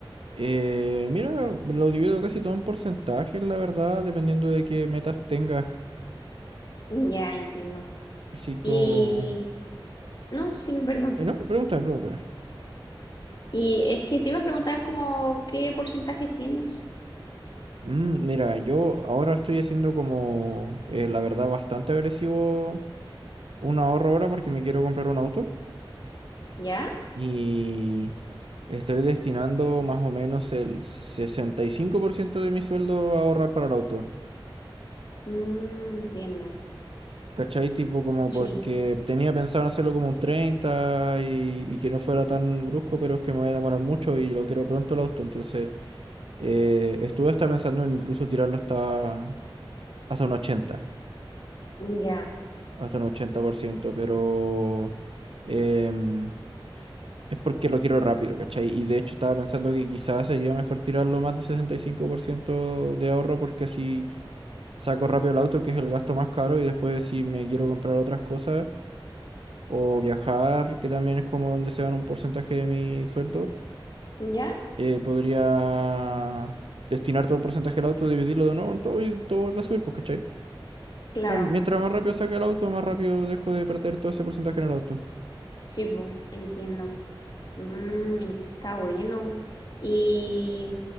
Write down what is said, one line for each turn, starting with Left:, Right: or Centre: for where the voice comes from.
Right: Eh, mira, lo divido casi todo en porcentajes, la verdad, dependiendo de qué metas tengas.
Left: Ya entiendo.
Right: Así
Left: Y,
Right: como...
Left: no, sí, perdón.
Right: eh, no, pregúntame, pregúntame.
Left: Y es que te iba a preguntar como qué porcentajes tienes.
Right: Mm, mira, yo ahora estoy haciendo como, eh, la verdad, bastante agresivo un ahorro ahora porque me quiero comprar un auto.
Left: ¿Ya?
Right: y estoy destinando más o menos el 65% de mi sueldo a ahorrar para el auto.
Left: Mm, entiendo.
Right: ¿Cachai? Tipo como porque
Left: Sí,
Right: tenía pensado en hacerlo como un 30 y, y que no fuera tan brusco, pero es que me voy a demorar mucho y lo quiero pronto el auto. Entonces eh, estuve hasta pensando en incluso tirarlo hasta, hasta un ochenta
Left: ya.
Right: hasta un 80% pero... em, es porque lo quiero rápido, ¿cachai? Y de hecho estaba pensando que quizás sería mejor tirarlo más de 65% de ahorro porque así saco rápido el auto, que es el gasto más caro, y después si me quiero comprar otras cosas o viajar, que también es como donde se van un porcentaje de mi sueldo,
Left: ¿Ya?
Right: eh, podría destinar todo el porcentaje al auto, dividirlo de nuevo en todo y todo vuelve a subir, pues, ¿cachai?
Left: Claro.
Right: Como Mientras más rápido saque el auto, más rápido dejo de perder todo ese porcentaje en el auto.
Left: Sí, bu, entiendo. Mm, está bueno. ¿Y,